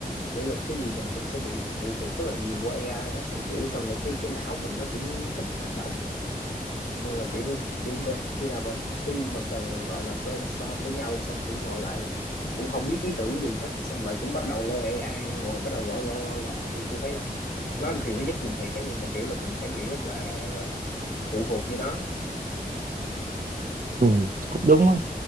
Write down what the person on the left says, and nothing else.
kiểu là cái gì mình cũng sẽ bị phụ thuộc rất là nhiều qua AI á xong kiểu sau này cái cái não mình nó cũng ít hoạt động nên là kiểu kiểu mà khi nào mà team mà cần gọi là brainstorm với nhau xong kiểu ngồi lại là cũng không biết ý tưởng gì hết xong lại cũng bắt đầu lôi AI ra ngồi bắt đầu gõ gõ gõ gõ thì tôi thấy là nó thì nó giúp mình thiệt đó nhưng mà kiểu là mình sẽ bị rất là gọi là phụ thuộc với nó